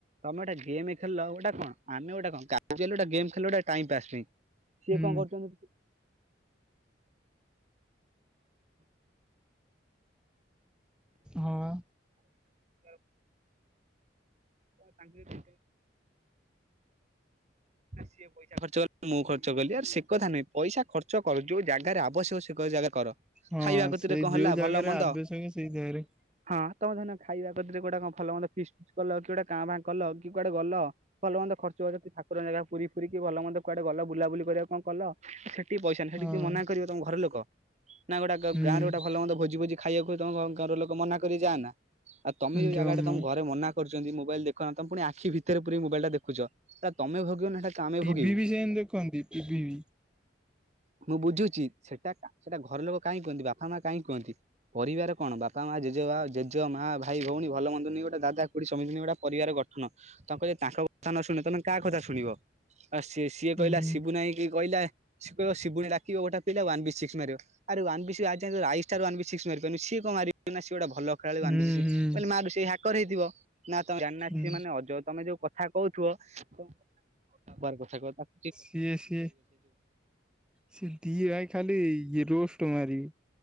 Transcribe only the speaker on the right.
ତମେ ଗୋଟେ ଗେମ୍ ଖେଳିଲ ଏଇଟା କଣ? ଆମେ ଗୋଟେ କଣ ଗୋଟେ ଗାଡ଼ି ଚଲେଇଲୁ ଏଇଟା ଗୋଟେ ଟାଇମ୍ ପାସ୍ ପାଇଁ। ସିଏ
କଣ କରୁଛନ୍ତି?
ଆ ତାଙ୍କ ନା ସିଏ ପଇ ପଇସା ଖର୍ଚ୍ଚ କାଲି ମୁଁ ଖର୍ଚ୍ଚ କଲି ଆରେ ସେ କଥା ନୁହେଁ ପଇସା ଖର୍ଚ୍ଚ କର ଯୋଉ ଜାଗାରେ ଆବଶ୍ୟକ ସେ ଜାଗାରେ କର।
ଖାଇବା କତିରେ
କଣ ହେଲା
ଭଲ ମନ୍ଦ
ହଁ ତମେ ଦିନେ ଖାଇବା <unintelligible> ରେ କୋଉଟା କଣ ଭଲ ମନ୍ଦ ଫିଷ୍ଟି କଲ କଣ କି ଗୋଟେ କା ଭା କଲ କି କୁଆଡେ ଗଲ ଭଲ ମନ୍ଦ ଖର୍ଚ୍ଚ ଠାକୁର ଜାଗା ପୁରୀ ଫୁରୀ ଗଲ କି ଭଲ ମନ୍ଦ କୁଆଡେ ଗଲ ବୁଲାବୁଲି କରିବା କଣ କଲ ସେଠି ପଇସା ନାହିଁ ସେଠୀକିଏ
ମନା କରିବ ତମ ଘର ଲୋକ ନା ଗୋଟେ ଗା
ଗାଁରେ ଗୋଟେ ଭଲ ମନ୍ଦ ଭୋଜି ଭୋଜି ଖାଇବାକୁୁ ତମ ଘର ଲୋକ ମନା କରିବେ ଯାଆନା। ଆଉ ତମେ ଯୋଉ
ଜାଗା ଟା ତମ ଘରେ ମନା କରୁଛନ୍ତି ମୁଁ ମୋବାଇଲ୍ ଦେଖନା ତ ପୁଣି ଆଖି ଭିତରେ ପୁରେଇ କି ମୋବାଇଲ୍ ଦେଖୁଚ। ତ ତମେ ଭୋଗିବ ନାହିଁ କଣ ଆମେ
ଭୋଗିବୁ।
ମୁଁ ବୁଝୁଛି ସେଟା ସେଟା ଘର ଲୋକ କାହିଁ କୁହନ୍ତି ବାପା ମା କାହିଁ କୁହନ୍ତି? ପରିବାର କଣ ବାପା ମାଆ ଜେଜେ ବା ଜେଜେ ମା ଭାଇ ଭଉଣୀ ଭଲ ବନ୍ଦ ଗୋଟେ ଦାଦା ଖୁଡୀ। <unintelligible> ପରିବାର ଗଠନ ତାଙ୍କ କଥା ଯଦି ତାଙ୍କ କଥା ନ ଶୁଣିବ ତମେ କାହା କଥା ଶୁଣିବ। ଆ ସିଏ ସିଏ
କହିଲା ସିବୁନା ଭାଇ କି କହିଲା ସିଏ କହିବ ସିବୁନା ଡାକିବ ଗୋଟେ ପିଲା ୱାନ୍ ବି ସିକ୍ସ ମାରିବ। ଆରେ ୱାନବି ସିକ୍ସ ଆଇ ଷ୍ଟାର୍ ୱାନବିସିକ୍ସ ମାରିପରୁନି ଆରେ ସିଏ କଣ ମାରିବ ନା ସିଏ ଗୋଟେ ଭଲ ସକାଳୁ
ବାନ୍ଧିଛି ସିଏ ମୁଁ
କଇଲି ସିଏ ମାରୁ ସିଏ ହାକର ହେଇଥିବ। ନା ତମେ ଜାନା
ସିଏ ମାନେ ଅଜ ତମେ ଯୋଉ କଥା କହୁଥୁଅ। <unintelligible>